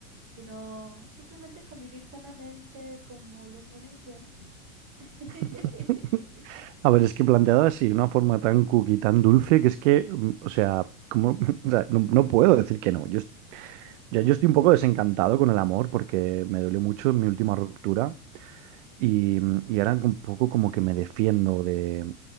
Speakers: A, on the right; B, on the right.
A: sino simplemente convivir sanamente como los novios de antes.
B: <laughs>
A: <laughs>
B: a ver, es que planteado así, de una forma tan cookie, tan dulce, que es que, mm, o sea, como, <laughs> o sea, no, no puedo decir que no. Yo, est- ya yo estoy un poco desencantado con el amor porque me duele mucho en mi última ruptura. Y, mm, y ahora un poco como que me defiendo de